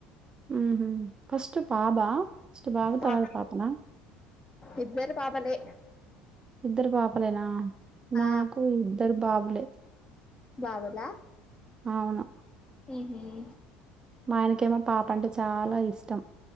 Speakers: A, on the right; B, on the left.
A: వుహు ఫస్ట్ పాబా ఫస్ట్ బాబు
B: పాప
A: తర్వాత పాపనా
B: ఇద్దరు పాపలే
A: ఇద్దరు పాపలేనా నాకు
B: ఆ
A: ఇద్దరు బాబులే
B: బాబుల
A: అవును
B: హు హమ్
A: మా ఆయనకేమో పాప అంటే చాలా ఇష్టం